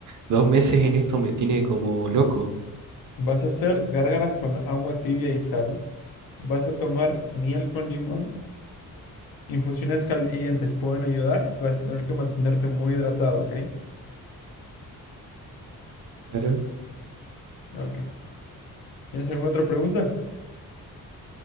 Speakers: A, on the right; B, on the left.
A: dos meses en esto me tiene como loco.
B: Vas a hacer gárgaras con agua tibia y sal. Vas a tomar miel con limón. Infusiones calientes pueden ayudar y vas a tener que mantenerte muy hidratado, ¿ok?
A: Claro.
B: Ok. ¿Tienes alguna otra pregunta?